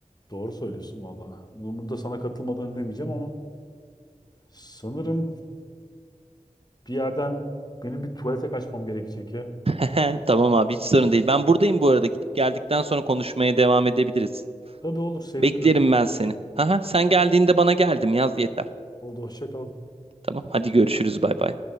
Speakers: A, on the left (about 30°); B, on the right (about 50°).
A: Doğru söylüyorsun valla. Bunu burada sana katılmadan demeyeceğim ama sanırım bir yerden benim bir tuvalete kaçmam gerekecek ya.
B: <laughs> Tamam abi, hiç sorun değil. Ben buradayım bu arada. Gidip geldikten sonra konuşmaya devam edebiliriz.
A: Tabii olur sevinirim.
B: Beklerim ben seni. Haha, sen geldiğinde bana geldim yaz yeter.
A: Oldu hoşça kal.
B: Tamam, hadi görüşürüz bay bay.